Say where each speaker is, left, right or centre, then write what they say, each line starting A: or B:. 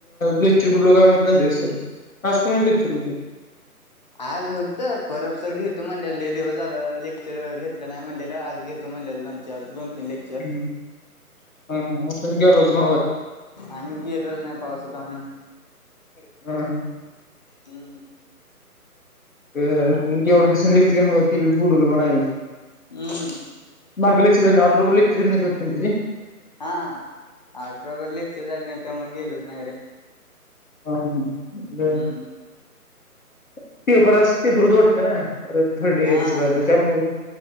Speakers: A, on the left; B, on the left.
A: लेक्चर बुडलो काय म्हत नाही ते सर आज कोणाचे लेक्चर होते
B: आज होत परबसर घेेतो म्हण घेतलेलं लई दिवस झाले लेक्चर घेतलं नाही म्हणलेलं आज घेतो म्हणले दोन चार ते लेक्चार.
A: हम्म, हा हा मग तुम्ही गेलाच नव्हत
B: आम्ही गेलोच नाही पावस होता त्या मुळे
A: हम्म हम्म.
B: हम्म.
A: अ जेवढे दिस लेख ती बी बुडल म्हणाई
B: हम्म.
A: हगलेच ट बोललेच ततीन तजी
B: हा अठरबर लेकच झाले नाही त्यामु गेलोच नाही रे.
A: <unintelligible>
B: हम्म
A: पेपर अस पेपर तोडते ना थर्डी
B: हा
A: इयरस त्यामुळे